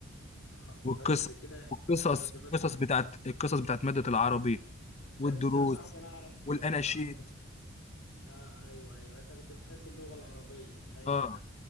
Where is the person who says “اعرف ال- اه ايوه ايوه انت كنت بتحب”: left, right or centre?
Left